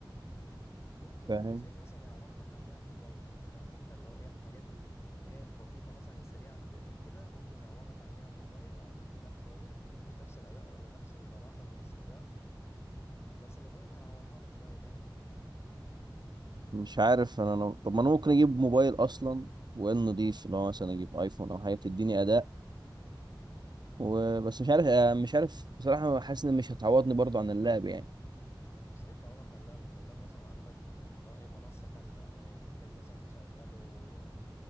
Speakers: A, on the left; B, on the right.
A: ممكن
B: فاهم
A: في الجزئية دي مثلا يعوضك عنها الموبايل يعني فاهم انت اللي هو ايه الحاجات ال- ايه البسيطة مثلا السريعة اللي ت- كده ممكن يعوضك عنها الموبايل عن اللاب شوية أكيد مش نفس الأداء ولا نفس الراحة في الاستخدام بس الموبايل هيعوضها لك شوية يعني
B: مش عارف انا أنا- طب ما انا ممكن اجيب موبايل اصلا وان نضيف اللي هو مثلا اجيب ايفون او حاجه تديني اداء وبس مش عارف آه، مش عارف بصراحه حاسس ان مش هتعوضني برضو عن اللاب يعني
A: ما مستحيل تعوضك عن اللاب انت اللاب مثلا عندك يعني اللي هو ايه منصة كاملة ايه محتاج مثلا تشغله اه،